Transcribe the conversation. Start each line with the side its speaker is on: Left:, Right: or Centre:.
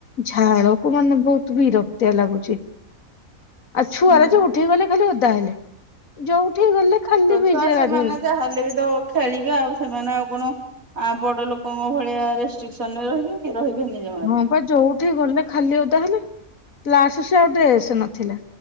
Left: ଝାଳକୁ ମାନେ ବହୁତ ବିରକ୍ତିଆ ଲାଗୁଛି। ଆଉ ଛୁଆରା
Right: ହଁ।
Left: ଯୋଉଠିକି ଗଲେ ଖାଲି ଓଦା ହେଲେ। ଯୋଉ ଉଠେଇ ଗଲେ ଖାଲି
Right: ଛୋଟ
Left: ବିଚ୍
Right: ଛୁଆ
Left: ରେ
Right: ସେମାନେ
Left: ଗାଧେଇବେ
Right: ଯାହାହେଲେ ବି ତ ଖେଳିବେ ଆଉ ସେମାନେ ଆଉ କଣ ଆ ବଡ ଲୋକଙ୍କ ଭଳିଆ ରେଷ୍ଟ୍ରିକସନ୍ ନେବେ କି? ରହିବେନି ଜମାରୁ।
Left: ହଁ ବା ଯୋଉଠି ଗଲେ ଖାଲି ଓଦା ହେଲେ। ଲାଷ୍ଟରେ ଆଉ ଡ୍ରେସ ନଥିଲା।